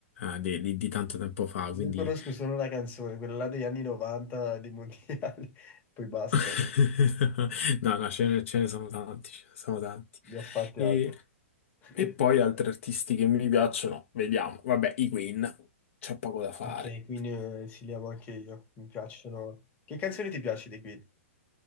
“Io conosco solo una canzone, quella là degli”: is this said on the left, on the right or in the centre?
Left